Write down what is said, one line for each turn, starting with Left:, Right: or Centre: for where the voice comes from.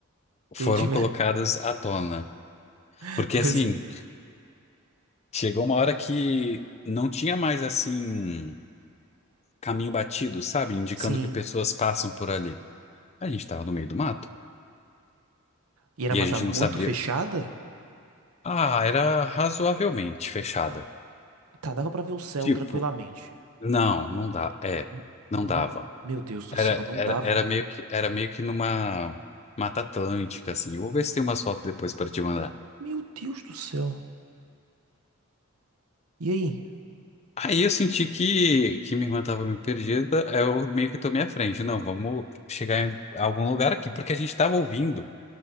Right: ter
Left: Foram
Right: tiver...
Left: colocadas à tona.
Right: <laughs>
Left: Porque
Right: Pois
Left: assim,
Right: é.
Left: chegou uma hora que não tinha mais assim caminho batido, sabe? Indicando
Right: Sim.
Left: que pessoas passam por ali. A gente estava no meio do mato
Right: E era
Left: e
Right: mata
Left: a gente
Right: muito
Left: não sabia.
Right: fechada?
Left: Ah, era razoavelmente fechada.
Right: Tá, dava pra ver o céu
Left: Tipo,
Right: tranquilamente.
Left: Não, não dá. É,
Right: N-
Left: não
Right: Não,
Left: dava.
Right: meu Deus do
Left: Era,
Right: céu, não
Left: era,
Right: dava.
Left: era meio que, era meio que numa Mata Atlântica, assim. Eu vou ver se tem umas fotos depois para te mandar.
Right: Meu Deus do céu. E aí?
Left: Aí eu senti que, que minha irmã tava meio perdida, aí eu meio que tomei a frente. Não, vamos chegar em algum lugar aqui, porque a gente tava ouvindo